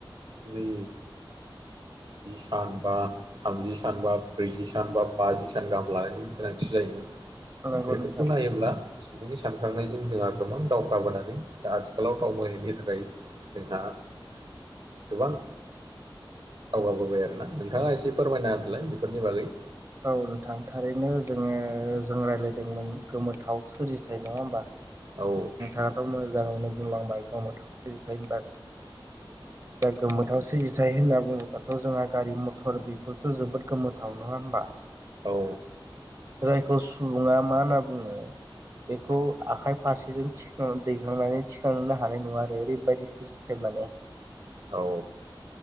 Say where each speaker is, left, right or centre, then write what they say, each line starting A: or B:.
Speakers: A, on the right; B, on the right.
A: बे जि सान बा थामजि सान बा ब्रैजि सान बा बाजि सान गाहाम लानायनि गोनांथि जायोमोन।
B: नंगौ
A: बेफोरखौ
B: नोंथां
A: नायोब्ला सुबुंनि सानखांनायजों जोंहा गोबां दावगाबोनानै दा आथि आथिखालाव दावबायनायनि थाखाय जोंहा गोबां दावगाबोबाय आरोना नोंथाङा एसे फोरमायना होलाय बेफोरनि बागै
B: औ नोंथां थारैनो जोङो जों रायज्लायदोंमोन गोमोथाव सोरजिथाय नङा होमबा?
A: औ।
B: नोंथाङाथ' मोजाङैनो बुंलांबाय गोमोथाव सोरजिथाय होनबा
A: <inaudible>
B: दा गोमोथावसो सोरजिथाइ होनना बुङोबाथ' जोंहा गारि मथर बेफोरथ' जोबोद गोमोथाव नङा होमबा?
A: औ।
B: जायखौ सुबुङा मा होनना बुङो बेखौ आखाइ फारसेजों थि थिखां दैखांनानै थिखांनो हानाय नङा आरो ओरैबायदि सोरजिथाय माने
A: औ।